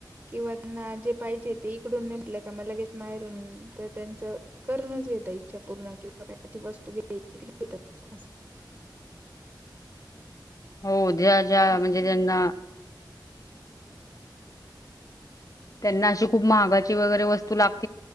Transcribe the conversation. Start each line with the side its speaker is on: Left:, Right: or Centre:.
Right: किंवा जे पाहिजे ते इकडून ने का म लगेच महेरून त्यांच करण इच्छा पूर्ण किंवा काही त वस्तू घ्याचीरी घेत अस
Left: हो ज्या ज्या म्हणजे
Right: असं
Left: त्यां्यांना
Right: नाही.
Left: त्यांना अशी खूप महागाची वगैरे वस्तू लागते